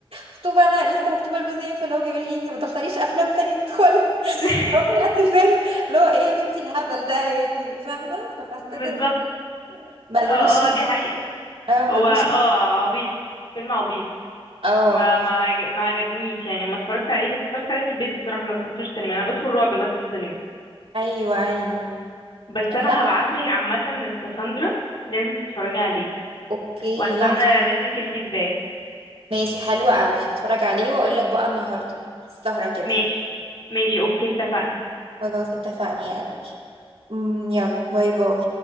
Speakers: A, on the right; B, on the left.
A: مخطوبه انا لسه مخطوبه لجوزي يعني فاللي هو بيقول لي انت ما تختاريش افلام تانية ندخلها
B: <laughs>
A: <laughs> بجد فيلم اللي هو ايه يا بنتي الهبل ده يعني فاهمه فحسيت
B: بالظبط
A: ان ملهوش
B: اه اه دي حقيقة
A: اه ملهوش
B: هو اه عبيط فيلم عبيط
A: اه
B: ما ما عج- ما عجبنيش يعني لما اتفرجت عليه بس اتفرجت عليه في البيت بصراحة ما دخلتوش سينما انا بدخل رعب بس السينما
A: ايوه ايوه
B: بس انا
A: لا
B: هبعتلك عامة الكاساندرا لازم تتفرجي عليه
A: اوكي
B: وهستنى
A: لا هتفرج
B: منك الفيدباك
A: ماشي حلو قوي هتفرج عليه واقول لك بقى النهارده السهرة كده
B: ماشي ماشي اوكي اتفقنا
A: خلاص اتفقنا يعني أمم، يلا باي باي